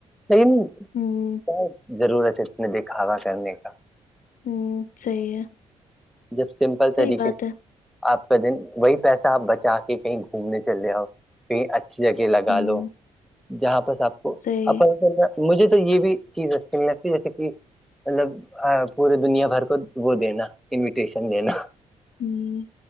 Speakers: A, in the centre; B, on the left (about 60°).
A: ل
B: ہوں <inaudible>
A: کیا ضرورت ہے اتنے دکھاوا کرنے کا
B: ہوں صی ہے <unintelligible>
A: جب سمپل طریقے
B: صحیح بات
A: سے
B: ہے
A: آپ کا دن وہی پیسہ آپ بچا کے کہیں گھومنے چل رہے ہو کہیں اچھی جگہ لگا
B: ہوں،
A: لو جہاں پرس آپ کو
B: صحیح
A: اپ مجھے تو یہ بھی چیز اچھی نہیں لگتی جیسے کہ مطلب پورے دنیا بھر کو وہ دینا انویٹیشن دینا
B: ہوں،